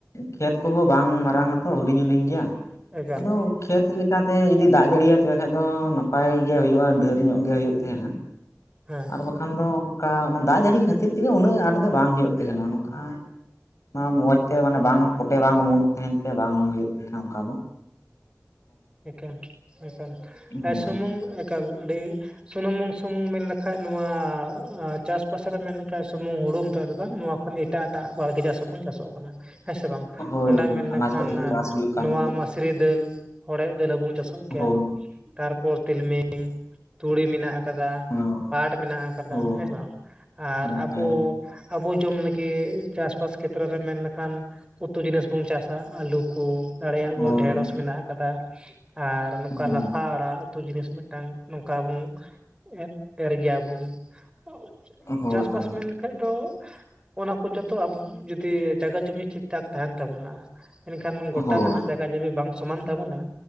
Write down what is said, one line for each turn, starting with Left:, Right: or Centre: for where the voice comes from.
Left: ᱠᱷᱮᱛ ᱠᱚᱦᱚᱸ ᱵᱟᱝ ᱢᱟᱨᱟᱝᱟ ᱛᱚ ᱦᱩᱰᱤᱧ ᱦᱩᱰᱤᱧ ᱜᱮᱭᱟ ᱾
Right: ᱮᱠᱟᱞ
Left: ᱟᱫᱚ ᱠᱷᱮᱛ ᱞᱮ ᱠᱟᱛᱮ ᱡᱩᱫᱤ ᱫᱟᱜ ᱡᱟᱹᱲᱤᱭᱟᱭ ᱛᱚᱵᱮ ᱠᱷᱟᱡ ᱫᱚ ᱱᱟᱯᱟᱭ ᱜᱮ ᱦᱩᱭᱩᱜᱼᱟ ᱾ ᱰᱷᱮᱨ ᱧᱚᱜ ᱜᱮ ᱦᱩᱭᱩᱜ ᱛᱟᱦᱮᱱᱟ ᱾
Right: ᱦᱮᱸ
Left: ᱵᱟᱠᱷᱟᱱ ᱫᱚ ᱚᱱᱠᱟ ᱚᱱᱟ ᱫᱟᱜ ᱡᱟᱹᱲᱤ ᱠᱷᱟᱹᱛᱤᱨ ᱛᱮᱜᱮ ᱩᱱᱟᱹᱜ ᱟᱸᱴ ᱫᱚ ᱵᱟᱝ ᱦᱩᱭᱩᱜ ᱛᱟᱦᱮᱱᱟ ᱾ ᱱᱚᱝᱠᱟ ᱚᱱᱟ ᱢᱚᱡᱽ ᱛᱮ ᱢᱟᱱᱮ ᱵᱟᱝ ᱯᱚᱴᱮ ᱵᱟᱝ ᱚᱢᱚᱱᱚᱜ ᱛᱟᱦᱮᱱ ᱛᱮ ᱵᱟᱝ ᱦᱩᱭᱩᱜ ᱛᱟᱦᱮᱱᱟ ᱚᱱᱠᱟ ᱫᱚ ᱾
Right: ᱮᱠᱟᱞ ᱮᱠᱟᱞ
Left: ᱦᱳᱭ
Right: ᱥᱩᱢᱩᱝ ᱮᱠᱟᱞ ᱟᱹᱰᱤ ᱥᱩᱱᱩᱢᱩᱝ ᱥᱩᱢᱩᱝ ᱢᱮᱱ ᱞᱮᱠᱷᱟᱡ ᱱᱚᱣᱟ ᱟᱸ ᱪᱟᱥ ᱵᱟᱥ ᱨᱮ ᱢᱮᱱ ᱞᱮᱠᱷᱟᱡ ᱥᱩᱢᱩᱝ ᱦᱩᱲᱩ ᱢᱚᱛᱚ ᱫᱚ ᱵᱟᱝ ᱱᱚᱣᱟ ᱠᱷᱟᱹᱞᱤ ᱮᱴᱟᱜ ᱮᱴᱟᱜ ᱵᱟᱲᱜᱮ ᱪᱟᱥ ᱦᱚᱸ ᱵᱚᱱ ᱪᱟᱥᱚᱜ ᱠᱟᱱᱟ ᱾ ᱦᱮᱸᱥᱮ ᱵᱟᱝ
Left: ᱦᱳᱭ
Right: ᱱᱚᱰᱮ
Left: ᱦᱳᱭ
Right: ᱢᱮᱱ
Left: ᱟᱱᱟᱡ
Right: ᱞᱮᱠᱷᱟᱱ
Left: ᱯᱟᱹᱛᱤ ᱠᱚ ᱪᱟᱥ ᱦᱩᱭᱩᱜ ᱠᱟᱱ
Right: ᱱᱚᱣᱟ
Left: ᱜᱮᱭᱟ
Right: ᱢᱟᱥᱨᱤ ᱫᱟᱹᱞ ᱦᱚᱲᱮᱫ ᱫᱟᱹᱞ ᱦᱚ ᱵᱚᱱ ᱪᱟᱥ
Left: ᱦᱳᱭ ᱾
Right: ᱛᱟᱨᱯᱚᱨ ᱛᱤᱞᱢᱤᱧ ᱛᱩᱲᱤ ᱢᱮᱱᱟᱜ ᱟᱠᱟᱫᱟ
Left: ᱦᱮᱸ,
Right: ᱯᱟᱴ ᱢᱮᱱᱟᱜ ᱟᱠᱟᱫᱟ
Left: ᱦᱳᱭ
Right: ᱦᱮᱸ ᱵᱟᱝ ᱟᱨ
Left: ᱦᱮᱸ
Right: ᱟᱵᱚ
Left: ᱦᱮᱸ,
Right: ᱟᱵᱚ ᱡᱚᱢ ᱞᱟᱹᱜᱤᱫ ᱪᱟᱥᱵᱟᱥ ᱠᱷᱮᱛᱨᱚ ᱨᱮ ᱢᱮᱱ ᱞᱮᱠᱷᱟᱱ ᱩᱛᱩ ᱡᱤᱱᱤᱥ ᱵᱚᱱ ᱪᱟᱥᱟ ᱟᱹᱞᱩ ᱠᱚ ᱾ <unintelligible>
Left: ᱦᱳᱭ
Right: ᱰᱷᱮᱸᱲᱚᱥ ᱢᱮᱱᱟᱜ ᱟᱠᱟᱫᱟ ᱟᱨ ᱱᱚᱝᱠᱟ
Left: ᱦᱮᱸ
Right: ᱞᱟᱯᱷᱟ ᱚᱲᱟᱜ ᱩᱛᱩ ᱡᱤᱱᱤᱥ ᱢᱤᱫᱴᱟᱝ ᱱᱚᱝᱠᱟ ᱵᱚᱱ ᱮ-ᱮᱨ ᱜᱮᱭᱟ ᱵᱚᱱ ᱾
Left: ᱦᱳᱭ
Right: ᱪᱟᱥᱵᱟᱥ
Left: ᱦᱳᱭ
Right: ᱢᱮᱱ ᱞᱮ ᱠᱷᱟᱡ ᱫᱚ ᱚᱱᱟ ᱠᱚ ᱡᱚᱛᱚ ᱟᱵᱚ ᱡᱩᱫᱤ ᱡᱟᱭᱜᱟ ᱡᱩᱢᱤ ᱴᱷᱤᱠ ᱴᱷᱟᱠ ᱛᱟᱦᱮᱱ ᱛᱟᱵᱚᱱᱟ ᱾ ᱮᱱᱠᱷᱟᱱ ᱜᱚᱴᱟ
Left: ᱦᱳᱭ
Right: ᱱᱟᱦᱟᱜ ᱡᱟᱭᱜᱟ ᱡᱩᱢᱤ ᱵᱟᱝ ᱥᱚᱢᱟᱱ ᱛᱟᱵᱚᱱᱟ